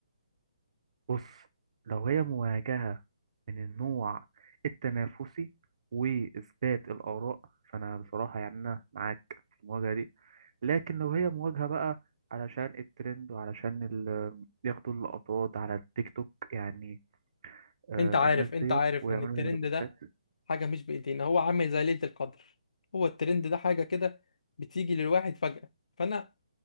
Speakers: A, on the right (about 60°); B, on the left (about 70°).
A: بص لو هي مواجهة من النوع التنافسي وإثبات الآراء فأنا بصراحة يعني أنا معاك في المواجهة دي لكن لو هي مواجهة بقى علشان الترند وعلشان ال- ياخدوا اللقطات على التيك توك يعني آه
B: انت عارف
A: الناس
B: انت
A: ديت
B: عارف
A: ويعملوا
B: ان الترند
A: ريبوستات
B: ده حاجه مش بايدينا هو عامل زي ليله القدر هو الترند ده حاجه كده بتيجي للواحد فجاه فانا